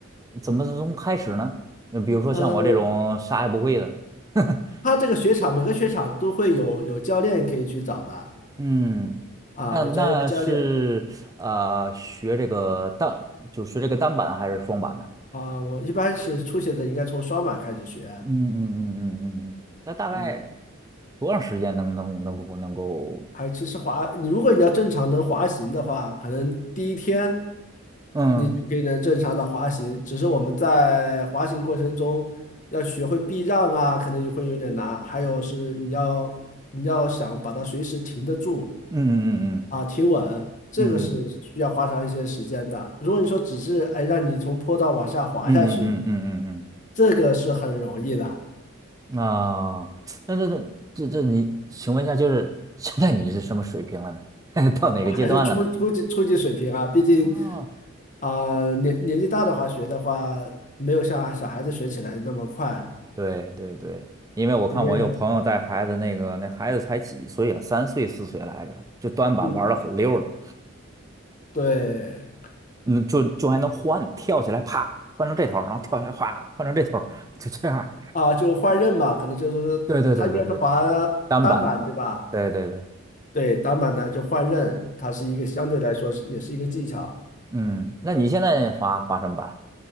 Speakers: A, on the right; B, on the left.
A: 怎么从开始呢？就比如说像我这种啥也不会的，
B: 嗯，
A: <laughs>
B: 他这个雪场每个雪场都会有有教练可以去找的
A: 嗯，
B: 啊，
A: 那那是呃学这个单，
B: 有专业的教练
A: 就是学这个单板还是双板呢？
B: 啊。我一般是初学者应该从双板开始学，
A: 嗯嗯嗯嗯嗯，那大概
B: 嗯，
A: 多长时间能能能够能够？
B: 还其实滑，你如果你要正常能滑行的话，可能第一天
A: 嗯
B: 你就可以能正常的滑行，只是我们在滑行过程中要学会避让啊，可能也会有点难，还有是你要你要想把它随时停得住。
A: 嗯嗯嗯
B: 啊，提稳，这个是需要花上一些时间的。
A: 嗯
B: 如果你说只是哎让你从坡道往下滑下去，
A: 嗯嗯嗯嗯嗯嗯
B: 这个是很容易的。
A: 嗯啊，那这这这这你，请问一下，就是现在你是什么水平了呢？<laughs> 到哪个阶段了呢？
B: 我还是初初级初级水平啊，毕竟
A: 哦
B: 啊、呃年年纪大的话学的话，没有像小孩子学起来那么快，
A: 对对对，因为我看我有朋友带孩子，
B: 因为
A: 那个那孩子才几岁啊，三岁四岁来着，就端板玩的很溜了，
B: 嗯对
A: 嗯，就就还能换，跳起来啪换成这头儿然后跳起来哗换成这头儿就这样儿
B: 啊就换刃嘛，可能就是他应该是滑
A: 对对对对对对，单板，
B: 单板对吧？
A: 对对对，
B: 对，单板呢就换刃，它是一个相对来说是也是一个技巧。
A: 嗯，那你现在滑滑什么板？